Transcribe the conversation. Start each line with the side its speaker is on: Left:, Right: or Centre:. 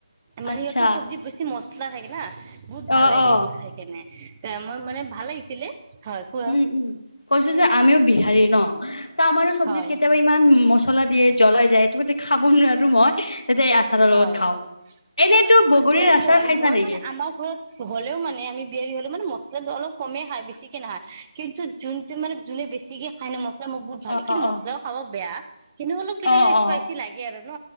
Right: মানেহঁতৰ
Left: আচ্ছা
Right: চব্জিত বেছি মছলা থাকে না বহুত
Left: অ
Right: ভাল লাগে
Left: অ
Right: এইবোৰ খাই কেনে এ মই মানে ভাল লাগিছিলে হয় কোৱা
Left: উম উম কৈছো যে আমিও বিহাৰী ন আমাৰ চব্জিত
Right: হয়
Left: কেতিয়াবা ইমান মলা দিয়ে জ্বলাই যায় <unintelligible> খাব নোৱাৰো মই যাতে এই আচাৰৰ লগত
Right: হয়
Left: খাওঁ এনেইতো
Right: হয় হয় মই
Left: বগৰীৰ
Right: বিহাৰিয়ে
Left: আচাৰ
Right: হয়
Left: খাইছা
Right: মই
Left: নেকি
Right: মানে আমাৰ ঘৰত হ'লেও মানে আমি বিয়াৰি হ'লেও মানে মছ মচলাটো অলপ কমে খয় বেছিকে নাহায় কিন্তু যোনটো মানে যোনে বেছিকে খায় ন মছ লা মোক বহুত ভাল
Left: অ
Right: কিন্তু মছলাও
Left: অ
Right: খাব বেয়া কিন্তু অলপ কেতিয়া
Left: অ
Right: কেতিয়া স্পাইচি
Left: অ
Right: লাগে আৰু ন